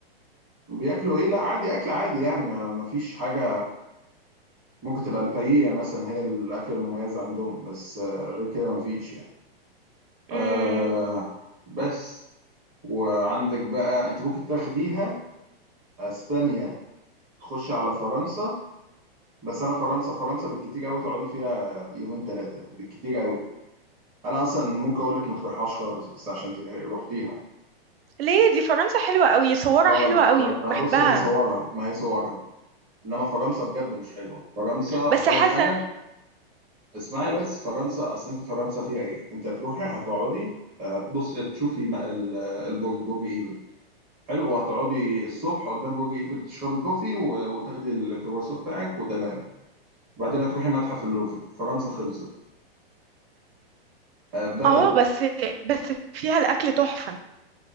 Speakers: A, in the centre; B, on the right.
A: بياكلوا ايه لا عادي اكل عادي يعني ما ما فيش حاجه ممكن تبقى البايية مثلا هي الاكله المميزه عندهم بس آه، غير كده ما فيش يعني.
B: مم.
A: آه بس وعندك بقى انت ممكن تاخديها اسبانيا تخش على فرنسا بس انا فرنسا فرنسا بالكتير قوي تقعدي فيها يومين ثلاثه بالكتير قوي انا اصلا ممكن اقول لك ما تروحهاش خالص بس عشان ت- رحتيها يعني.
B: ليه دي فرنسا حلوة قوي صورها
A: خالص
B: حلوة قوي
A: خالص انا
B: بحبها
A: بص هي صورها ما هي صورها انما فرنسا بجد مش حلوه فرنسا
B: بس
A: اول
B: حاسة
A: حاجه اسمعي بس فرنسا اصل انت فرنسا فيها ايه انت هتروحي هتقعدي هتبص تشوفي م- ال- البرج برج ايفل حلو وهتقعدي الصبح قدام برج ايفل تشربي كوفي و- وتاخدي الكرواسون بتاعك وتمام وبعدين هتروحي متحف اللوفر فرنسا خلصت آه، بلد
B: اه بس بس فيها الاكل تحفة